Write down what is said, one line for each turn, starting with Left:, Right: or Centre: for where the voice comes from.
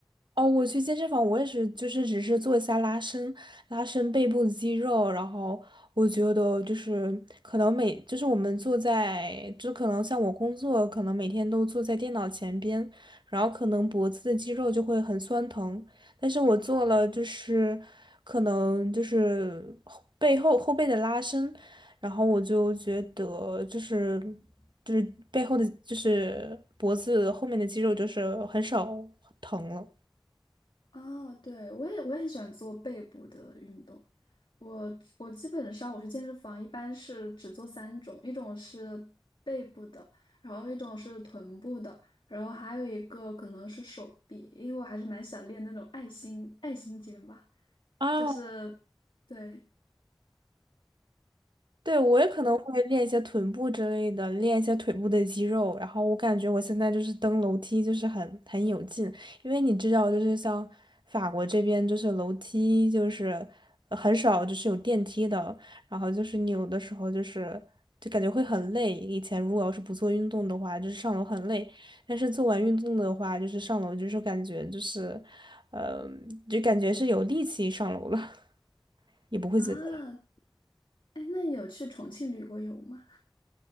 Right: 哦，我去健身房，我也是，就是只是做一下拉伸，拉伸背部的肌肉，然后我觉得就是可能每，就是我们坐在，就可能像我工作，可能每天都坐在电脑前边，然后可能脖子的肌肉就会很酸疼，但是我做了就是可能就是后背后后背的拉伸，然后我就觉得就是就是背后的就是脖子后面的肌肉就是很少疼了。
Left: 啊，对，我也我也很喜欢做背部的运动。我我基本上我去健身房一般是只做三种，一种是背部的，然后一种是臀部的，然后还有一个可能是手臂，因为我还是蛮想练那种爱心爱心肩吧，
Right: 啊，
Left: 就是对，
Right: 对，我也可能会练一些臀部之类的，
Left: 嗯
Right: 练一些腿部的肌肉。然后我感觉我现在就是登楼梯就是很很有劲，因为你知道，就是像法国这边就是楼梯就是呃很少就是有电梯的，然后就是你有的时候就是就感觉会很累。以前如果要是不做运动的话，就是上楼很累，但是做完运动的话，就是上楼就是感觉就是，呃，就感觉是有力气上楼了，<laughs> 也不会觉得。
Left: 啊，哎，那你有去重庆旅过游吗？